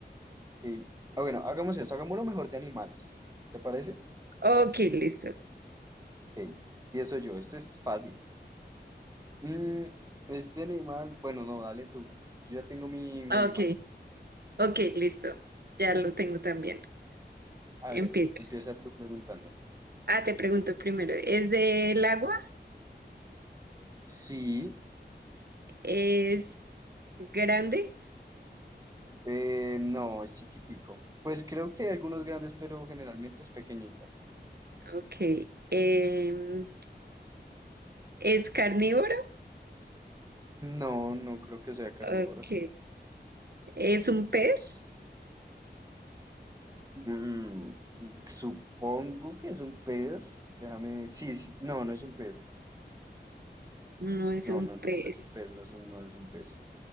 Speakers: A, on the right; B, on the right.
A: Sí. Ah, bueno, hagamos esto, hagamos lo mejor de animales. ¿Te parece?
B: Ok, listo.
A: Ok, empiezo yo, este es fácil. Mm, este animal, bueno, no, dale tú. Yo ya tengo mi, mi
B: Ok,
A: animal.
B: ok, listo. Ya lo tengo también.
A: A
B: Empieza.
A: ver, empieza tú preguntando.
B: Ah, te pregunto primero. ¿Es del
A: Ujú.
B: agua?
A: Sí,
B: ¿Es grande?
A: Eh, no, es chiquitico. Pues creo que hay algunos grandes, pero generalmente es pequeñita.
B: Ok. Em, ¿es carnívoro?
A: No, no creo que sea carnívora.
B: Ok. ¿Es un pez?
A: Mm, supongo que es un pez. Déjame. Sí, sí, no, no es un pez.
B: No es
A: No,
B: un
A: no, no,
B: pez.
A: no es un pez, no es un, no es un pez.